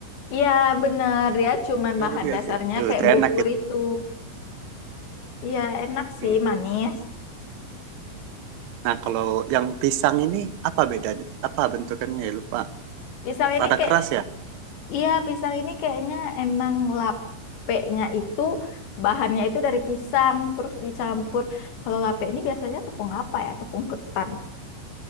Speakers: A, on the left; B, on the right.
A: Iya bener ya, cuman
B: Gaduh
A: bahan
B: ya
A: dasarnya
B: sih? Uh,
A: kayak
B: itu
A: bubur
B: enak itu.
A: itu. Iya enak sih
B: Hmm.
A: manis.
B: Nah, kalau yang pisang ini apa bedanya? Apa bentukannya ya? Lupa.
A: Pisang ini
B: Rada
A: kayak,
B: keras ya?
A: iya pisang ini kayaknya emang lapeknya itu bahannya itu dari pisang terus dicampur. Kalau lapek ini biasanya tepung apa ya? Tepung ketan